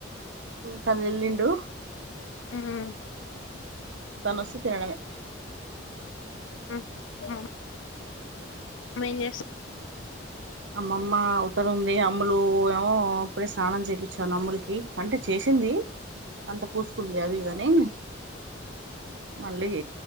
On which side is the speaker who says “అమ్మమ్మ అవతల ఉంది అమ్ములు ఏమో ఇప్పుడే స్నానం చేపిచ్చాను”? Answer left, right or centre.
Right